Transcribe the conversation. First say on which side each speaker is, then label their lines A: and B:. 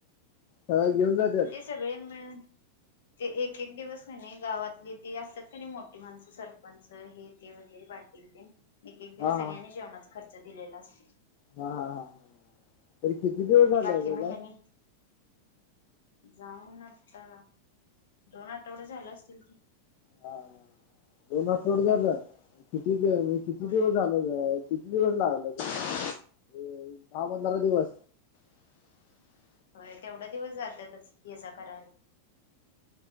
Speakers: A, on the left (about 45°); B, on the left (about 60°).
A: सगळं घेऊन जात्यात?
B: ते सगळेजन मिळून ते एक एक दिवस कणी गावातली ती असतात कणी मोठी माणसं सरपंच हे ते वगैरे बा दि एक एक दिवस
A: हा
B: सगळ्यांनी
A: हा
B: जेवणाचा खर्च दिलेला असतो.
A: हा हा हा तरी किती दिवस
B: आणि
A: झालं
B: बाकी
A: त्याला
B: हेनी जाऊन आता दोन आठवड झाले असतील की.
A: हा दोन आठवड झालं किती म्हणजे किती
B: होय.
A: दिवस झाल किती दिवस लागला तरी दहा पंधरा दिवस?
B: होय तेवढ दिवस जातातच ये जा करायला.